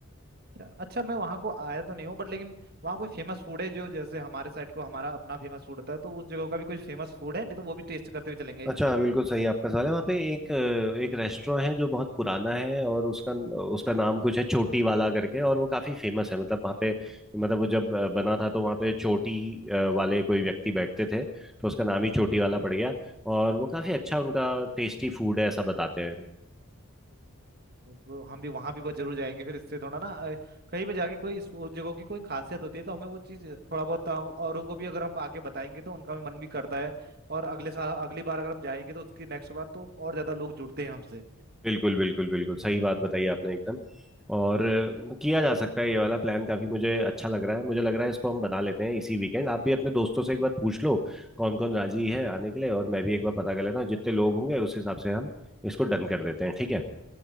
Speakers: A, on the right; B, in the centre.
A: अच्छा अच्छा, मैं वहाँ को आया तो नहीं हूँ बट लेकिन वहाँ कोई फेमस फूड है जो जैसे हमारे साइड को हमारा अपना फेमस फूड होता है तो उस जगह का भी कोई फेमस फूड है नहीं तो वो भी टेस्ट करते हुए चलेंगे
B: अच्छा बिल्कुल सही आपका सवाल है वहाँ पे एक अ, एक रेस्टोरेंट है जो बहुत पुराना है और उसका उसका नाम कुछ है चोटी वाला करके और वो काफी फेमस है मतलब वहाँ पे मतलब वो जब अ, बना था तो वहाँ पे चोटी अ, वाले कोई व्यक्ति बैठते थे तो उसका नाम ही चोटी वाला पड़ गया और वो काफी अच्छा उनका टेस्टी फूड है ऐसा बताते हैं
A: वो हम भी वहाँ भी बहुत जरूर जाएंगे फिर इससे थोड़ा ना अ, कहीं पे जाके कोई इस- उस जगह की कोई खासियत होती है तो हमें वो चीज़ थोड़ा बहुत अ, औरों को भी अगर हम आगे बताएंगे तो उनका भी मन भी करता है और अगले साल अगली बार अगर हम जाएंगे तो उसकी नेक्स्ट बार तो और ज्यादा लोग जुड़ते हैं हमसे
B: बिल्कुल बिल्कुल बिल्कुल सही बात बताई आपने एकदम और अ, किया जा सकता है ये वाला प्लान काफी मुझे अच्छा लग रहा है मुझे लग रहा है इसको हम बना लेते हैं इसी वीकेंड आप भी अपने दोस्तों से एक बार पूछ लो कौन कौन राजी है आने के लिए और मैं भी एक बार पता कर लेता हूँ जितने लोग होंगे उस हिसाब से हम इसको डन कर देते हैं ठीक है